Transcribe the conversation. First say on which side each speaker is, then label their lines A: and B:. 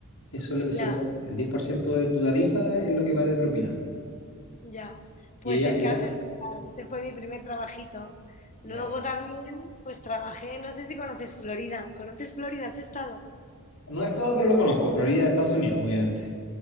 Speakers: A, on the left; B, on the left.
A: eso es lo que
B: Ya.
A: se cobra. El 10% de tu tarifa es lo que va de propina.
B: Ya, pues
A: ¿Y ella?
B: el
A: ¿Ella?
B: caso es que nada, ese fue mi primer trabajito.
A: Ya.
B: Luego también, pues trabajé, no sé si conoces Florida. ¿Conoces Florida? ¿Has estado?
A: No he estado, pero lo conozco. Florida, Estados Unidos, obviamente.